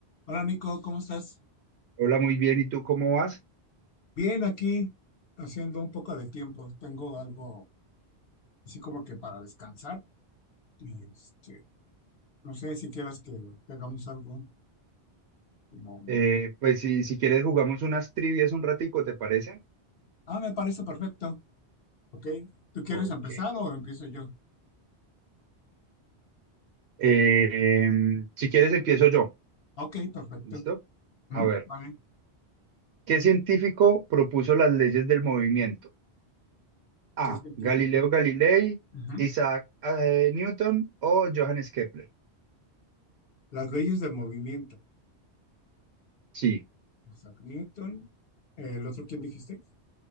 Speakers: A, on the left; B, on the right.
A: Hola Nico, ¿cómo estás?
B: Hola, muy bien. ¿Y tú cómo vas?
A: Bien, aquí haciendo un poco de tiempo. Tengo algo así como que para descansar. Y este, no sé si quieras que, que hagamos algo. como-
B: Eh, pues si, si quieres jugamos unas trivias un ratico, ¿te parece?
A: Ah, me parece perfecto. Ok. ¿Tú quieres
B: Ok.
A: empezar o empiezo yo?
B: Eh, si quieres empiezo yo.
A: Ok, perfecto.
B: ¿Listo?
A: Mm,
B: A ver,
A: Vale,
B: ¿qué científico propuso las leyes del movimiento? A.
A: ¿qué es mentira?
B: Galileo Galilei,
A: Ujú.
B: Isaac eh, Newton o Johannes Kepler.
A: Las leyes del movimiento.
B: Sí,
A: Isaac Newton. ¿El otro quién dijiste?